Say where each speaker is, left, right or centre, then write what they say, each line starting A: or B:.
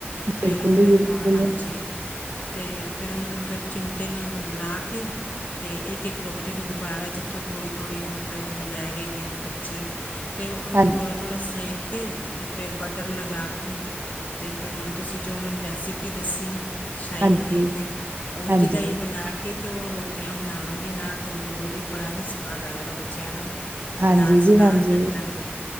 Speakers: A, on the left (about 40°); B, on the right (about 60°).
A: ਫਿਰ,
B: ਬਿਲਕੁਲ
A: ਉਹਨੇ
B: ਜੀ ਬਿਲਕੁਲ
A: <unintelligible> ਹਾਂਜੀ ਤੇ ਫਿਰ ਉਹਨੂੰ ਫਿਰ ਚਿਮ ਏਨਾਂ ਨੂੰ ਲਾ ਕੇ। ਤੇ ਇੱਕ-ਇੱਕ ਰੋਟੀ ਨੂੰ ਦੁਬਾਰਾ, ਜਿੱਥੋਂ ਥੋੜ੍ਹੀ-ਥੋੜ੍ਹੀ, ਮਤਲਬ ਜਿਵੇਂ ਰਹਿ ਗਈ ਏ ਕੱਚੀ ਤੇ ਉਨੂੰ
B: ਹਾਂ
A: ਥੋੜ੍ਹਾ-ਥੋੜ੍ਹਾ ਸੇਕ ਕੇ, ਤੇ ਫਿਰ ਬਟਰ ਲਗਾ ਕੇ ਤੇ ਫੇਰ, ਹੁਣ ਤੁਸੀਂ ਜੋ ਮੈਨੂੰ ਰੈਸਿਪੀ ਦਸੀ ਸ਼ਾਹੀ
B: ਹਾਂਜੀ,
A: ਪਨੀਰ ਦੀ, ਉਝ
B: ਹਾਂਜੀ।
A: ਬਣਾ ਕੇ, ਤੇ ਉਹ ਰੋਟੀਆਂ ਬਣਾਵਾਂਗੀ ਨਾਲ ਤੰਦੂਰ ਦੀ, ਬੜਾ ਹੀ ਸਵਾਦ ਆਏਗਾ, ਬੱਚ ਬੱਚਿਆਂ ਨੂੰ
B: ਹਾਂਜੀ
A: ਨਾਲ ਸਲਾਦ
B: ਜੀ ਹਾਂਜੀ,
A: ਕਟਾਗੀ।